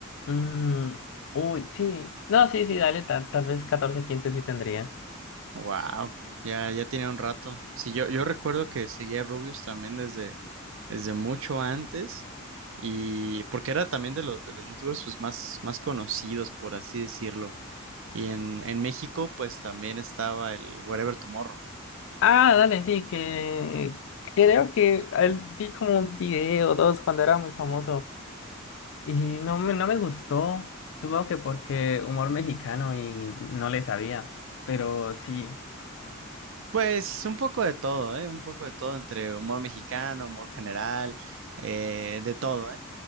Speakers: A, on the left; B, on the right.
A: Mm, uy, sí. No, sí, sí, dale, ta- tal vez catorce quince sí tendría.
B: Wow, ya, ya tiene un rato. Sí, yo, yo recuerdo que seguía a Rubius también desde, desde mucho antes, y porque era también de los, de los youtubers pues, más, más conocidos, por así decirlo. Y en, en México, pues también estaba el Wherever Tomorrow.
A: Ah, dale, sí, que creo que él vi como un video o dos cuando era muy famoso y no me, no me gustó. Tuvo que porque humor mexicano y no le sabía, pero sí.
B: Pues un poco de todo, ¿eh? Un poco de todo entre humor mexicano, humor general, eh, de todo, ¿eh?